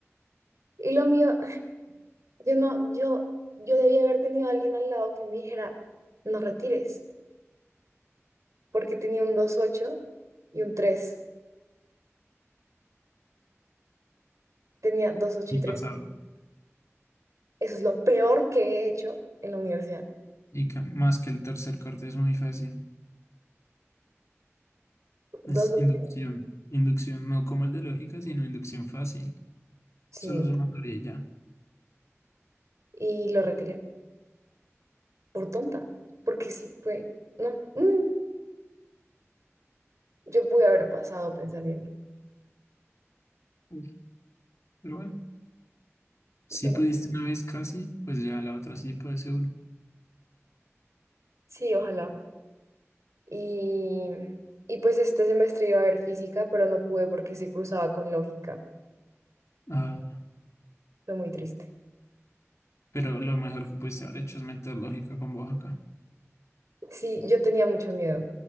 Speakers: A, on the right; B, on the left.
A: y lo mío Yo no, yo, yo debía haber tenido a alguien al lado que me dijera, no retires, porque tenía un dos ocho y un tres Tenía dos ocho
B: Y
A: y tres
B: pasaba.
A: Eso es lo peor que he hecho en la universidad.
B: Y ca- más que el tercer corte es muy fácil.
A: dos
B: Es
A: ocho
B: inducción. Inducción, no como el de lógica, sino inducción fácil.
A: Sí,
B: Solo sumatoria y ya.
A: y lo retiré por tonta, porque sí, fue, no, mm, yo pude haber pasado pensamiento.
B: Uf, Pero bueno, si
A: No,
B: pudiste una vez casi, pues ya la otra sí puede ser
A: sí, ojalá. Y, y pues este semestre iba a haber física, pero no pude porque se cruzaba con lógica.
B: Ah,
A: Fue muy triste.
B: pero lo mejor que pudiste haber hecho es meter lógica con Oaxaca.
A: Sí, yo tenía mucho miedo,